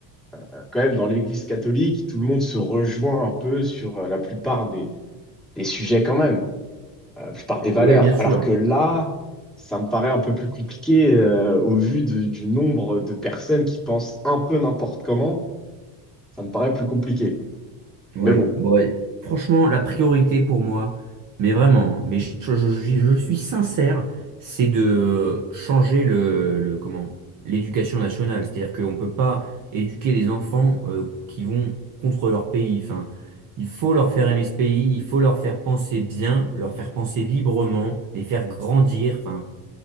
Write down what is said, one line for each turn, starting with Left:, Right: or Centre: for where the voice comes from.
Centre: Euh, quand même dans l'Église catholique, tout le monde se rejoint un peu sur euh, la plupart des, des sujets quand même, euh, la plupart des valeurs.
Right: Oui, bien sûr.
Centre: Alors que là, ça me paraît un peu plus compliqué euh, au vu de- du nombre de personnes qui pensent un peu n'importe comment, ça me paraît plus compliqué.
Right: Oui.
Centre: Mais bon,
Right: Bon, et franchement, la priorité pour moi, mais vraiment, hein, mais je, je- je- je suis sincère, c'est de changer le, le- comment, l'éducation nationale. C'est-à-dire qu'on ne peut pas éduquer des enfants euh, qui vont contre leur pays. Enfin, il faut leur faire aimer ce pays, il faut leur faire penser bien, leur faire penser librement, les faire grandir. Enfin,